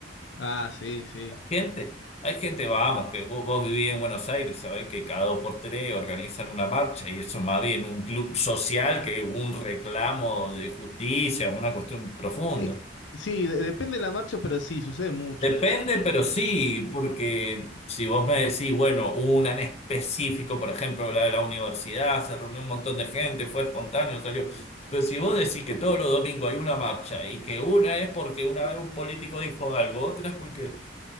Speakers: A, on the left; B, on the left.
A: Ah, sí, sí.
B: Gente, hay gente, vamos, que vos, vos vivís en Buenos Aires, sabés que cada dos por tres organizan una marcha y eso más bien un club social que un reclamo de justicia, una cuestión profunda.
A: Sí, sí, de- depende de la marcha, pero sí, sucede mucho
B: Depende,
A: eso. Como
B: pero
A: que,
B: sí, porque si vos me decís, bueno, hubo una en específico, por ejemplo, la de la universidad, se reunió un montón de gente, fue espontáneo, salió. Pero si vos decís que todos los domingos hay una marcha y que una es porque una vez un político dijo algo, otra es porque